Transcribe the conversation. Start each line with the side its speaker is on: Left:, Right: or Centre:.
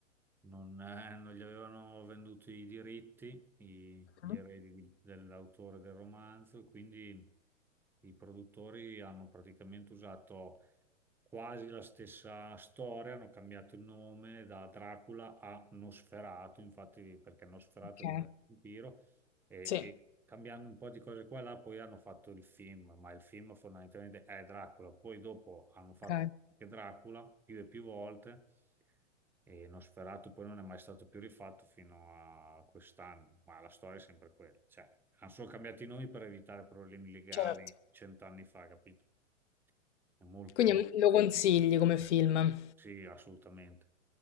Centre: non, eh, non gli avevano venduto i diritti, i- gli
Left: <laughs>
Centre: eredi di- dell'autore del romanzo, quindi i produttori hanno praticamente usato quasi la stessa storia, hanno cambiato il nome da Dracula a Nosferatu, infatti perché Nosferatu
Left: Ok,
Centre: è il nome del vampiro, e,
Left: sì,
Centre: e cambiando un po' di cose qua e là, poi hanno fatto il film, ma il film fondamentalmente è Dracula, poi dopo hanno fatto
Left: ok,
Centre: anche Dracula più e più volte e Nosferatu poi non è mai stato più rifatto fino a quest'anno, ma la storia è sempre quella. Cioè, hanno solo cambiato i nomi per evitare problemi legali
Left: certo.
Centre: cent'anni fa, capito? È molto,
Left: Quindi lo consigli come film?
Centre: sì, assolutamente.